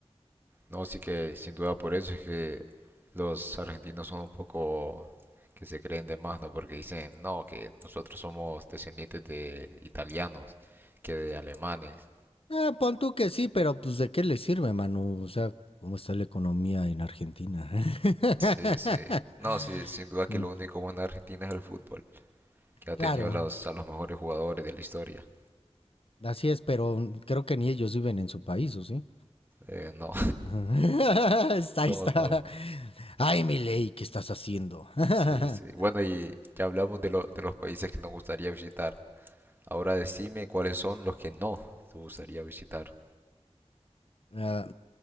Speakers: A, on the right; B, on the left.
A: No, sí que sin duda por eso es que los argentinos son un poco que se creen de más, ¿no? Porque dicen, no, que nosotros somos descendientes de italianos, que de alemanes.
B: Ah, pon tú que sí, pero pues ¿de qué le sirve, mano? O sea, ¿cómo está la economía en Argentina? <laughs>
A: Sí, sí. No, sí, sin duda que
B: Mm.
A: lo único bueno de Argentina es el fútbol, que ha tenido
B: Claro,
A: los, a los mejores jugadores de la historia.
B: Así es, pero creo que ni ellos viven en su país, ¿o sí?
A: Eh, no,
B: Ajá. <laughs> Está, Ahí
A: <laughs> no,
B: está.
A: no.
B: Ay, Milei, ¿qué estás haciendo? <laughs>
A: Sí, sí. Bueno, y ya hablamos de, lo- de los países que nos gustaría visitar. Ahora decime cuáles son los que no te gustaría visitar.
B: Ah,